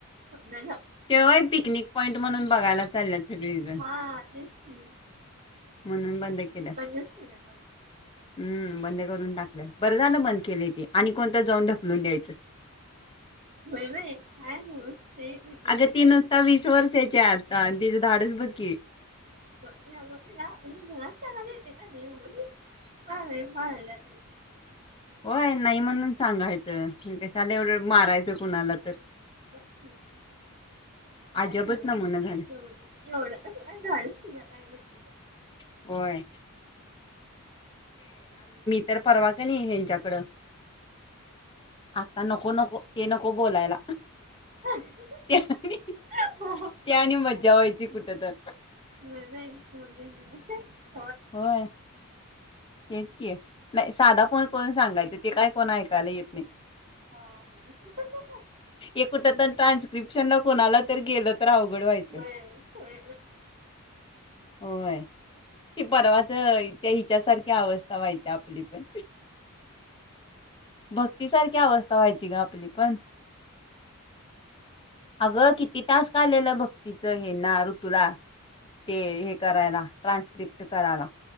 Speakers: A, on the right (about 35°); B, on the left (about 20°).
A: का हा
B: ते होय पिकनिक पॉईंट म्हणून बघायला चालल्यात सगळेजण
A: हा अ. हम्
B: म्हणून बंद
A: ब
B: केलं
A: बजच मिट.
B: हम्म बंद करून टाकलं बरं झालं बंद केलं ते आणि कोणतं जाऊन ढकलून द्यायचं.
A: होय बाई काय नव्हं ते विचित्रच
B: अग ती
A: आहे
B: नुसता वीस वर्षाच्या आता. तीच धाडस बघ की.
A: बघ बघ म्हण घांगाली काय ब. बा बालाला.
B: होय नाही म्हणून सांगायचं कशाला एवढं मारायचं कुणाला तर.
A: ब. कायववड
B: अजबच
A: ए
B: नमुना झालं
A: का <unintelligible>
B: होय. हा तर परवा क नाही यांच्याकड आता नको नको ते नको. हो बोलायला
A: ह
B: त्यानी
A: ह
B: त्यानी मज्जा व्हायची
A: ब
B: कुठं तर.
A: <inaudible>
B: होय तेच की नाही साधा फोन करून सांगायचं ते काय कोण ऐकायला येत नाही
A: हा
B: एक कुठ तर ट्रान्स्क्रिप्शन ला कोणाला तर गेलं तर अवघड व्हायचं.
A: होय
B: होय ति परवाच त्या हिच्या सारखी अवस्था व्हायती आपली पण भक्तीसारखी अवस्था व्हायची ग आपली पण अगं किती टास्क आलेलं भक्तीच हे ना ऋतूला ते हे करायला ट्रान्स्क्रिप्ट करायला